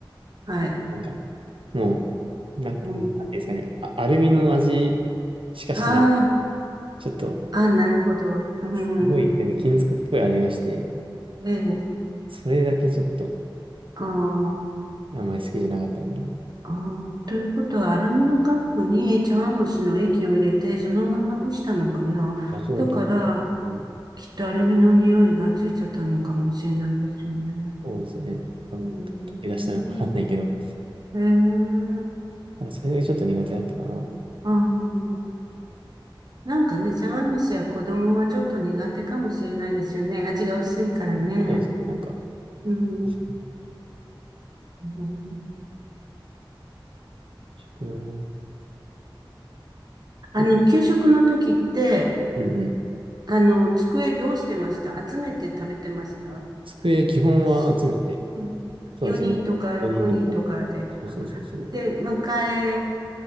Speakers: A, on the right; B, on the right.
A: はい。
B: なんか、もう、なん、なんていうんですかね、
A: うん、
B: あ、アルミの味しかしない。
A: ああ、
B: ちょっと、
A: あ、なるほど。うん、
B: すごい、なんか金属っぽい味がして、
A: ええ、
B: それだけちょっと、
A: ああ。
B: あんまり好きじゃなかったかな。い
A: ああ、ということは、アルミのカップに茶碗蒸しの液を入れて、そのまま蒸したのかな。
B: や、そうだと思う。
A: だから、
B: うん、
A: きっとアルミの匂いがついちゃったのかもしれないですよね。
B: そうですね。多分、
A: うん。
B: 多分、溶け出したのかわかんないけど、だ
A: へえ。
B: からそれだけちょっと苦手だったかな。
A: あーなんかね、茶碗蒸しは子供はちょっと苦手かもしれないですよね。味が薄いからね。
B: そうですね。なんか、
A: うん。
B: 確かに
A: うん
B: 食な。
A: あの、
B: 結
A: 給食の時って、
B: 構、うんうん。
A: あの、机どうしてました集めて食べてました
B: 机基本は集めて、
A: し、うん、
B: そうですね。
A: 4人とか6人とかで、
B: 4人とか。そうそうそうそう。
A: あ、で、向かい、